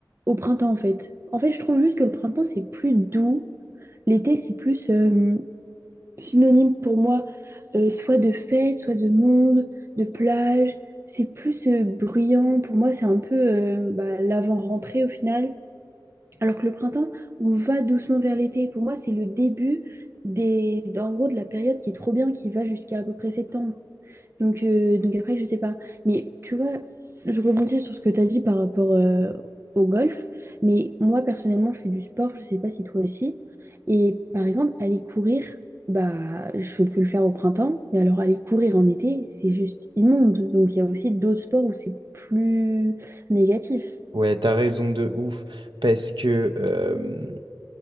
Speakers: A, on the right; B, on the right.
A: au printemps, en fait. En fait, je trouve juste que le printemps, c'est plus doux. L'été, c'est plus euh, synonyme pour moi, euh, soit de fête, soit de monde, de plage. C'est plus euh, bruyant. Pour moi, c'est un peu euh, bah, l'avant-rentrée au final. Alors que le printemps, on va doucement vers l'été. Pour moi, c'est le début des, d'en gros, de la période qui est trop bien, qui va jusqu'à à peu près septembre. Donc, euh, donc après, je sais pas. Mais tu vois, je rebondis sur ce que tu as dit par rapport euh, au golf. Mais moi, personnellement, je fais du sport. Je sais pas si toi aussi. Et par exemple, aller courir, bah, je peux le faire au printemps. Mais alors, aller courir en été, c'est juste immonde. Donc, il y a aussi d'autres sports où c'est plus négatif.
B: Ouais, t'as raison de ouf, parce que... euh,